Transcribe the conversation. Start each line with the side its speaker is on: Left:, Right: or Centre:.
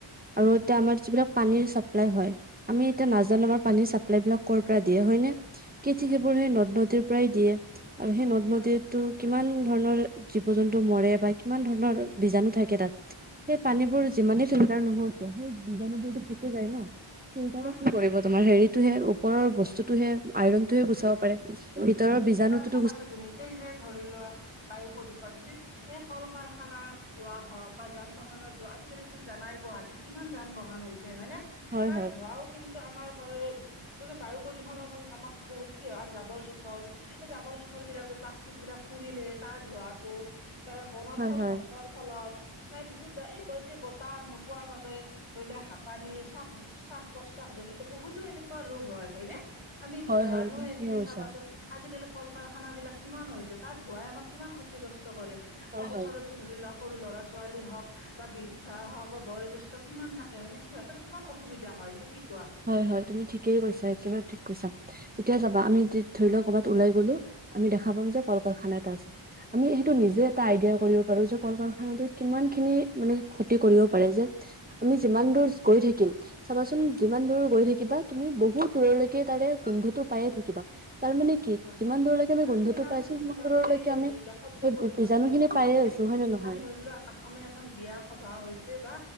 Right: আৰু এতিয়া আমাৰ যিবিলাক পানীৰ চাপ্লাই হয় আমি এতিয়া নাজানো আাৰ পানীৰ চাপ্লাই বিাক কৰ' পৰা দিয়ে হয় ন কেঠ সেইবোৰ সেই নদ নদীৰ পৰাই দিয়ে আৰু সেই নদ নদীতো
Left: হয়
Right: কিমান ধৰণৰ জীৱ জন্তু মৰে বা কিমান ধৰণৰ বীজাণু থাকে তাত সেই পানীবোৰ যিমানেই ফিল্টাৰ নহও কিয় সেই বিজাণু বোৰতো থাকি যায় ন কি
Left: হয় হয়
Right: কৰিব তোমাৰ হেৰিতটোহে ওপৰৰ
Left: হয়
Right: বস্তুতটো হে আইৰনটোহে গুচাব পাৰে ভিতৰৰ বীজাণুতটো
Left: চাবাছো তুমি এই যে ধৰি লোৱা বায়ু প্ৰদূষণ হয়নে এই কল কাৰখানা ধোৱা হওক বা যান বাহনত ধৱা আজিকালি তুমি জানাই গুৱাহাটীত কিমান যান বহন হৈছে হয়নে
Right: হয়
Left: তাৰ
Right: হয়
Left: ধোঁৱাও কিন্তু আমাৰ বাবে ত বায়ু প্ৰদূষণৰ ফলত আমাক বহুত কি হয় আৰু জাবৰ জোঁথৰ এই জাবৰ জোঁথৰ বিলাক যে প্লাষ্টিক বিলাক <inaudible> পুৰিলে তাৰ ধোঁৱটো ত বনাঞ্চল
Right: হয় হয়
Left: ধ্বংসৰ ফলত নাই বিশু এই বয় যে বতাহ নোপোৱাৰ বাবে ধৰি লোৱা হাঁ পানী চাক শ্বাস প্ৰশ্বাসজন জনিত বহুতো এনেকুৱা ৰোগ হয় হয়নেে আমি
Right: হয়
Left: ৰাানোোৱে
Right: হয় ঠিকে
Left: তুমি
Right: কৈছা
Left: চাবাচোন আজিকালি কল কাৰখানা বিলাক কিমান হৈছে তাত ধুৱাই আমাক কিমান ক্ষতিগ্ৰস্ত কৰে আমাৰ
Right: হয় হয়
Left: ওচৰৰতো ধৰি লোৱাক সৰু ল'ৰা ছোৱালী হওক বা বৃদ্ধা হওক বা বয়োজ্যেষ্ঠ কিমান থাকে হয়নেে সিহঁতৰ কিমান অসুবিধা হয় নে কি কোৱা
Right: হয় হয় তুমি ঠিকেই কৈছা একেবাৰে ঠিক কৈছা এতিয়া যাবা আমি ধৰি লও কৰ'বাত ওলাই গ'লো আমি দেখ পাম যে কল কাৰখানা এটা আছে আমি সেইটো নিজে এটা আইডিয়া কৰিব পাৰো যে কল কাৰখানা কিমান খিনি মানে ক্ষতি কৰিব পাৰে যে আমি যিমান দূৰ
Left: হয়
Right: গৈ থাকিম চাবাচোন যিমান দূৰ গৈ থাকিবা তুমি বহুত দূৰলৈকে তাৰে গোন্ধটো পায়ে থাকিবা তাৰমানানে
Left: হয়
Right: যিমান দূৰলৈকে আমি
Left: আৰু
Right: বন্ধুো
Left: তুমি আৰু
Right: পাইছো
Left: তুমি
Right: সিমান
Left: চাবাচোন
Right: দূৰলৈকে
Left: এই যে
Right: আমি
Left: ধৰি
Right: সেই
Left: লোৱা শব্দ প্ৰদূষণ
Right: বীজাু
Left: বুলি
Right: খিনি
Left: ক'লো
Right: পায়ে
Left: হয়নে
Right: আছো হ হয় নে নহয়
Left: আমি ধৰি লোৱা আমাৰ এখন বিয়া সভা হৈছে বা